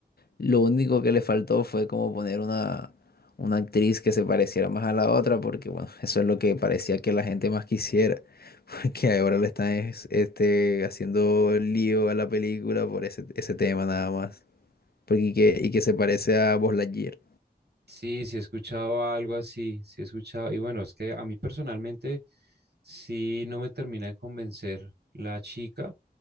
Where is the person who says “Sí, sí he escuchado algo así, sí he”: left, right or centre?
Right